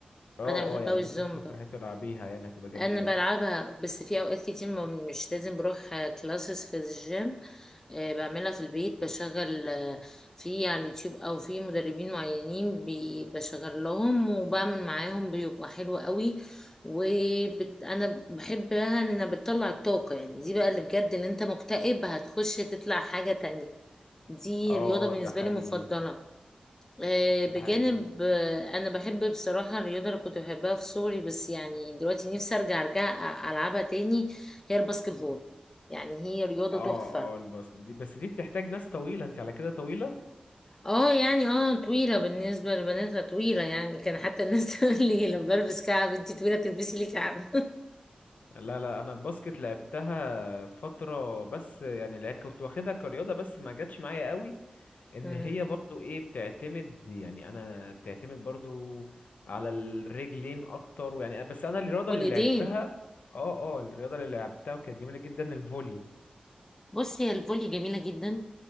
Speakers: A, on the left; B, on the left.
A: اه
B: أنا بحب
A: اه يعني
B: أوي الزومبا
A: انت ممكن تروحي تلعبيها يعني هتبقى جميلة
B: انا بلعبها بس في اوقات كتير ما مش لازم بروح كلاسز في الجيم آه، بعملها في البيت بشغل آه، في على اليوتيوب او في مدربين معينين بي- بشغل لهم وبعمل معاهم بيبقى حلو قوي وانا بحبها ان انا بتطلع الطاقة يعني دي بقى اللي بجد اللي انت مكتئب هتخش تطلع حاجة تانية دي
A: اه
B: رياضة بالنسبة
A: اه ده حقيقي
B: لي مفضلة آه، بجانب
A: ده حقيقي
B: آه، انا بحب بصراحه الرياضه اللي كنت بحبها في صغري بس يعني دلوقتي نفسي ارجع ارجع أ- العبها تاني هي الباسكت بول يعني هي رياضه
A: اه
B: تحفه
A: اه الباسكت دي بس دي بتحتاج ناس طويلة انت على كده طويلة
B: اه يعني اه طويله بالنسبه لبناتها طويله يعني كان حتى الناس <laughs> تقول لي لما بلبس كعب انتي طويله تلبسي لي كعب <laughs>
A: لا لا انا الباسكت لعبتها فترة بس يعني لع- كنت واخدها كرياضة بس ما جاتش معايا قوي ان
B: مم.
A: هي برضو ايه بتعتمد يعني انا بتعتمد برضو على الرجلين اكتر يعني بس انا الرياضة
B: والايدين
A: اللي لعبتها اه اه الرياضة اللي لعبتها وكانت جميلة جدا الفولي
B: بصي هي الفولي جميلة جدا